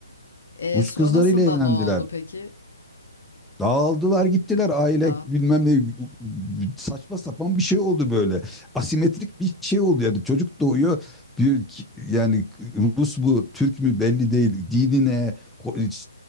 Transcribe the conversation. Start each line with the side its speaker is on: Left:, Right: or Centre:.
Left: E,
Centre: Rus
Left: sonrasında
Centre: kızlarıyla evlendiler.
Left: ne oldu peki?
Centre: Dağıldılar gittiler aile
Left: Daha.
Centre: bilmem ne saçma sapan bir şey oldu böyle. Asimetrik bir şey oldu yani çocuk doğuyor bir, yani Rus mu Türk mü belli değil dini ne ko-